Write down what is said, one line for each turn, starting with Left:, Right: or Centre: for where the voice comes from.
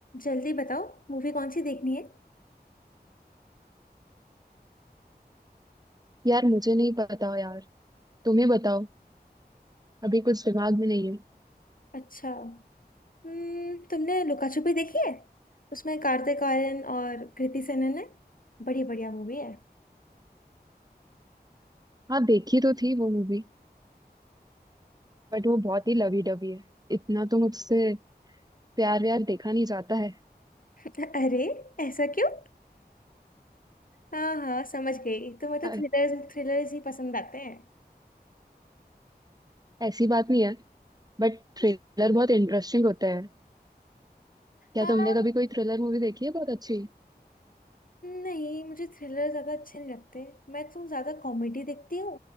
Left: जल्दी बताओ मूवी कौन सी देखनी है
Right: यार मुझे नहीं पता यार तुम्हें बताओ अभी कुछ दिमाग में नहीं है
Left: अच्छा हम्म तुमने लुका छुपी देखी है उसमें कार्तिक आर्यन और कृति सेनन है बड़ी बढ़िया मूवी है
Right: हाँ देखी तो थी वो मूवी बट वो बहुत ही लवी डवी है इतना तो मुझसे प्यार व्यार देखा नहीं जाता है
Left: <laughs> अरे ऐसा क्यों हाँ हाँ समझ गई तुम्हें
Right: अ,
Left: तो थ्रिलर्स थ्रिलर्स ही पसंद आते हैं
Right: ऐसी बात नहीं है बट थ्रिलर बहुत इंटरेस्टिंग होता है क्या
Left: हाँ
Right: तुमने कभी कोई थ्रिलर मूवी देखी है बहुत अच्छी
Left: नहीं मुझे थ्रिलर ज्यादा अच्छे नहीं लगते मैं तो ज्यादा कॉमेडी देखती हूँ